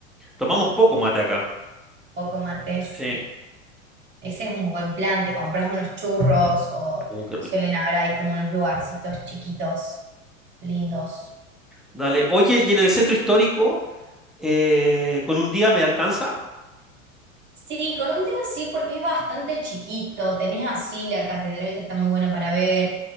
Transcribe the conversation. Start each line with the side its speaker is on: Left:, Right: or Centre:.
Centre: Tomamos poco mate acá.
Right: poco mate, sí.
Centre: Sí.
Right: Ese es un buen plan, te compras unos churros o
Centre: Uh, qué rico.
Right: suelen haber ahí como unos lugarcitos chiquitos, lindos.
Centre: Dale. Oye, ¿y en el centro histórico, eh, con un día me alcanza?
Right: Sí, con un día sí, porque es bastante chiquito. Tenés así la catedral que está muy buena para ver.